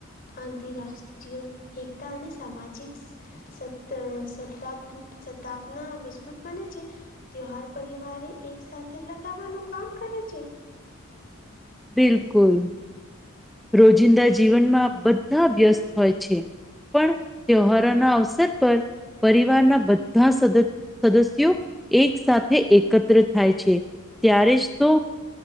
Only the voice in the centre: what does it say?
બિલકુલ રોજિંદા જીવનમાં બધા વ્યસ્ત હોય છે. પણ તહેવારોના અવસર પર પરિવારના બધા સદ સદસ્યો એક સાથે એકત્ર થાય છે. ત્યારે જ તો